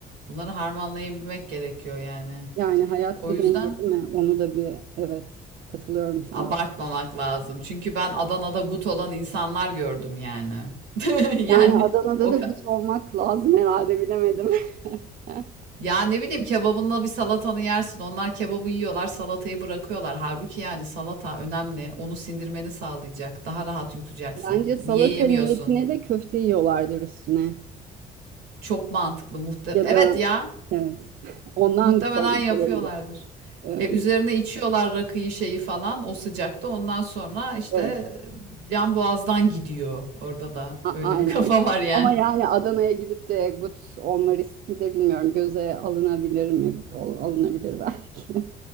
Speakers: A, on the right; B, on the right.
A: Bunları harmanlayabilmek gerekiyor yani.
B: Yani hayat
A: O
B: bir
A: yüzden
B: denge değil mi? Onu da bir evet katılıyorum sana.
A: abartmamak lazım. Çünkü ben Adana'da gut olan insanlar gördüm yani. <laughs> Yani
B: Yani Adana'da
A: o
B: da gut olmak lazım herhalde bilemedim. <laughs>
A: Ya ne bileyim kebabınla bir salatanı yersin. Onlar kebabı yiyorlar, salatayı bırakıyorlar. Halbuki yani salata önemli. Onu sindirmeni sağlayacak. Daha rahat yutacaksın.
B: Bence
A: Niye
B: salata
A: yemiyorsun?
B: niyetine de köfte yiyorlardır üstüne.
A: Çok mantıklı muhte.
B: Ya
A: Evet
B: da
A: ya.
B: evet. <laughs> Ondan
A: Muhtemelen
B: gut olmuş
A: yapıyorlardır.
B: olabilir. Evet.
A: E, üzerine içiyorlar rakıyı şeyi falan o sıcakta. Ondan sonra işte
B: evet.
A: e, can boğazdan gidiyor. Orada da
B: A-
A: öyle
B: aynen.
A: bir <laughs> kafa var yani.
B: Ama yani Adana'ya gidip de gut olma riski de bilmiyorum. Göze alınabilir mi? Ol- Alınabilir belki.